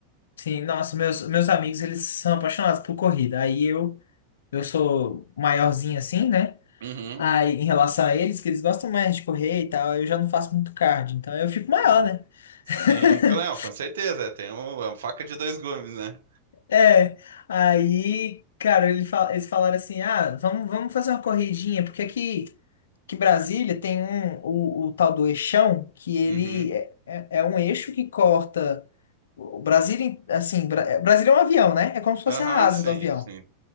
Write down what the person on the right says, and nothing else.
Uhum.
Sim.
Sim,
claro, com certeza. Tem um, é uma faca de dois gumes, né?
Uhum.
Aham,
sim,
sim,